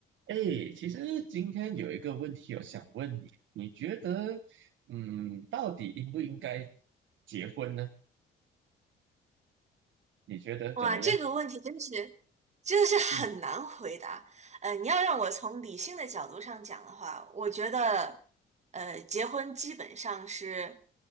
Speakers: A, on the right; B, on the right.
A: 哎，其实今天有一个问题，我想问你，你觉得，嗯，到底应不应该结婚呢？你觉得怎么样？
B: 哇，这个问题真是真的是很难回答。
A: 嗯
B: 呃，你要让我从理性的角度上讲的话，我觉得，呃，结婚基本上是，